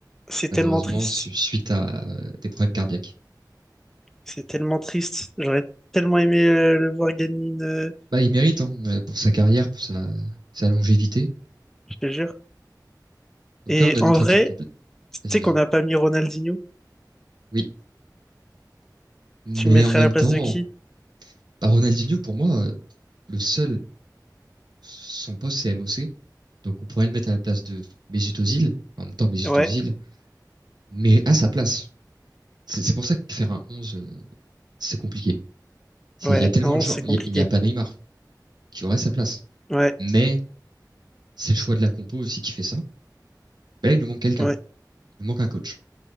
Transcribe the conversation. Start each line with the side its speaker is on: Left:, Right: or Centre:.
Centre: C'est
Right: malheureusement,
Centre: tellement triste.
Right: suite à euh, des problèmes cardiaques.
Centre: C'est tellement triste. J'aurais tellement aimé euh, le voir gagner une, euh,
Right: Bah, il mérite hein, euh, pour sa carrière, pour sa, sa longévité.
Centre: je te jure.
Right: Donc
Centre: Et
Right: là, on a
Centre: en
Right: notre
Centre: vrai,
Right: équipe complète.
Centre: tu
Right: Vas-y,
Centre: sais
Right: vas-y.
Centre: qu'on n'a pas mis Ronaldinho.
Right: Oui, mais
Centre: Tu le mettrais
Right: en même
Centre: à la place
Right: temps,
Centre: de qui?
Right: bah, Ronaldinho, pour moi, euh, le seul, son poste, c'est MOC. Donc on pourrait le mettre à la place de Mesut Özil. En même temps, Mesut
Centre: Ouais,
Right: Özil mais à sa place. C'est c'est pour ça que faire un 11, euh, c'est compliqué. C'est-
Centre: ouais,
Right: Il y a tellement
Centre: à 11,
Right: de joueurs.
Centre: c'est compliqué.
Right: Il y a- il n'y a pas Neymar qui aurait sa place.
Centre: Ouais,
Right: Mais c'est le choix de la compo aussi qui fait ça. Mais là, il nous manque quelqu'un.
Centre: ouais.
Right: Il nous manque un coach.